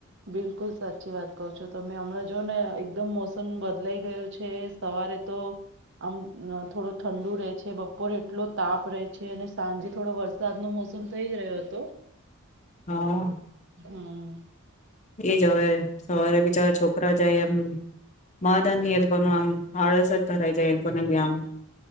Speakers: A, on the right (about 50°); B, on the left (about 30°).
A: બિલકુલ સાચી વાત કહો છો તમે હમણાં જોઓ ને એકદમ મોસમ બદલાઈ ગયો છે સવારે તો આમ થોડો ઠંડુ રહે છે બપોરે એટલો તાપ રહે છે અને સાંજે થોડો વરસાદનો મોસમ થઈ જ રહ્યો હતો
B: હા
A: હા
B: એ જ હવે સવારે બીજા છોકરા જાય એમ <unintelligible> કોનું આમ આળસ જ ભરાઈ જાય આલોકો ને ભી આમ